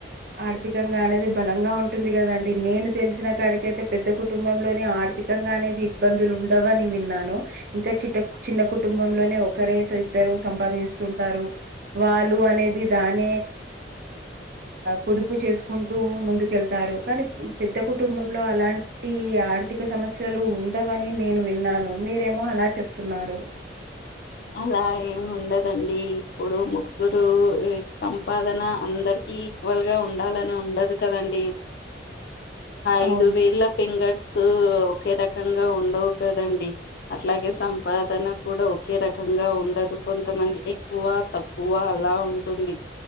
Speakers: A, on the right (about 50°); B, on the left (about 55°).
A: ఆర్థికంగా అనేది బలంగా ఉంటుంది కదండి నేను తెలిసిన కాడికయితే పెద్ద కుటు కుటుంబంలోనే ఆర్థికంగా అనేది ఇబ్బందులు ఉండవని విన్నాను ఇంకా చి చిన్న కుటుంబంలోనే ఒకరేసి ఇద్దరు సంపాది కుంటారు వాళ్ళు అనేది దానే పొదుపు చేసుకుంటూ ముందుకెళ్తారు కానీ పెద్ద కుటుంబంలో అలాంటి ఆర్థిక సమస్యలు ఉన్ ఉండవని నేను విన్నాను మీరేమో అలా చెప్తున్నారు
B: అలా ఏమి ఉండదండి ఇప్పుడు ముగ్గురు సంపాదన అందరికి ఈక్వల్ గా ఉండాలని ఉండదు కదండి ఐదు
A: అవును.
B: వేల ఫింగర్స్ ఒకే రకంగా ఉండవు కదండి అట్లాగే సంపాదన కూడా ఒకే రకంగా ఉండదు కొంతమంది ఎక్కువ తక్కువ అలా ఉంటుంది